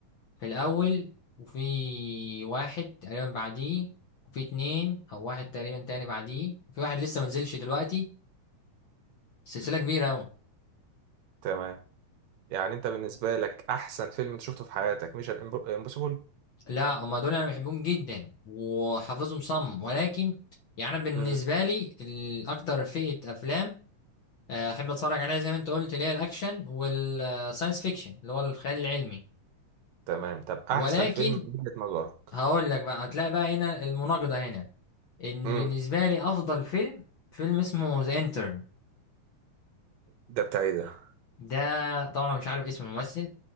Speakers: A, on the left; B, on the right.
A: في الاول وفي واحد تقريبا بعديه وفي اتنين او واحد تقريبا تاني بعديه وفي واحد لسه ما نزلش دلوقتي سلسله كبيره قوي
B: تمام يعني انت بالنسبه لك احسن فيلم انت شفته في حياتك مش امبوسيبل
A: لا هما دول انا بحبهم جدا وحافظهم صم ولكن يعني انا بالنسبه
B: امم
A: لي الاكتر فئه افلام آه، احب اتفرج عليها زي ما انت قلت اللي هي الاكشن والساينس فيكشن اللي هو الخيال العلمي
B: تمام طب
A: ولكن
B: احسن فيلم من وجهه نظرك
A: هقول لك بقى هتلاقي بقى هنا المناقضه هنا ان
B: امم
A: بالنسبه لي افضل فيلم فيلم اسمه ذا انترن
B: ده بتاع ايه ده
A: ده طبعا أنا مش عارف اسم الممثل